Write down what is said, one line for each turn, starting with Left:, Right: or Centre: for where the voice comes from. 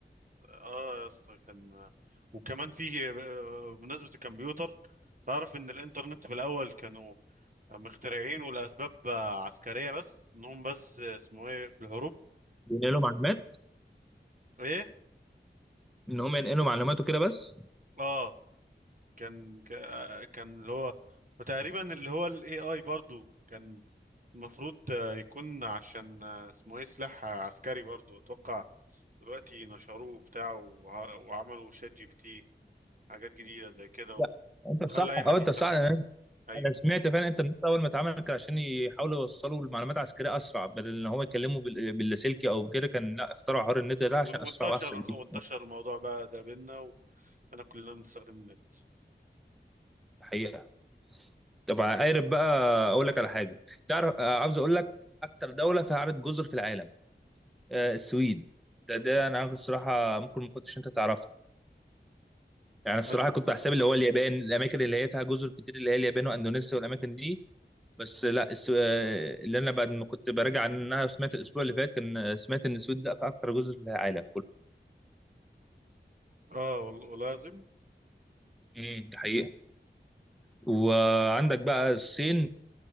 Right: اه يا اسطى كان وكمان فيه آه، بمناسبة الكمبيوتر تعرف ان الانترنت في الاول كانوا مخترعين ولاسباب آه، عسكرية بس انهم بس آه، اسمه ايه في الحروب
Centre: بينقلوا معلومات
Right: ايه
Centre: ان هم ينقلوا معلومات وكده بس
Right: اه كان ك- آه، كان اللي هو وتقريبا اللي هو الاي اي برضو كان المفروض آه، يكون عشان آه، اسمه ايه سلاح آه، عسكري برضو اتوقع دلوقتي نشروه بتاعه وع- وعملوا شات جي بي تي حاجات جديدة زي كده
Centre: لا انت
Right: وخلى
Centre: صح
Right: اي حد
Centre: اه انت
Right: يستخدمه
Centre: صح انا
Right: ايوه
Centre: أنا سمعت فعلا الانترنت اول ما اتعمل كان عشان يحاولوا يوصلوا المعلومات عسكريه اسرع بدل ان هو يكلموا بال- باللاسلكي او كده كان لا اخترعوا حوار النت ده عشان
Right: و-
Centre: اسرع
Right: وانتشر
Centre: واحسن ليهم
Right: وانتشر الموضوع بقى ده بينا وانا كلنا بنستخدم النت
Centre: الحقيقه طب عارف بقى اقول لك على حاجه تعرف آه، عاوز اقول لك اكتر دوله فيها عدد جزر في العالم
Right: مم.
Centre: آه، السويد ده ده انا عارف الصراحه ممكن ما كنتش انت تعرفها يعني الصراحه
Right: أج-
Centre: كنت بحسب اللي هو اليابان الاماكن اللي هي فيها جزر كتير اللي هي اليابان واندونيسيا والاماكن دي بس لا الس... اللي انا بعد ما كنت براجع عنها وسمعت الاسبوع اللي فات كان سمعت ان السويد ده اكتر جزر في العالم كله
Right: اه وال- والله العظيم
Centre: امم ده حقيقة وعندك بقى الصين